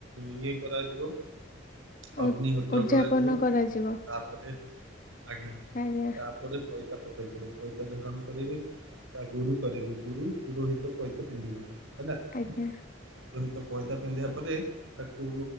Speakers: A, on the right; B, on the left.
A: ଇଏ କରାଯିବ। ଅଗ୍ନିହୋତ୍ର
B: ଉ ଉଦ୍ଯାପନ
A: କରାଯିବ
B: କରାଯିବ
A: ତା ପରେ ଆଜ୍ଞା
B: ଆଜ୍ଞା
A: ତାପରେ ପଇତା ପକେଯିବ ପଇତା ଧାରଣ କରିବେ। ତା ଗୁରୁ କରିବେ ଗୁରୁ ପୁରୋହିତ ପଇତା ପିନ୍ଧିବେ ହେଲା।
B: ଆଜ୍ଞା
A: ପୁରୋହିତ ପଇତା ପିନ୍ଧିବା ପରେ। ତାକୁ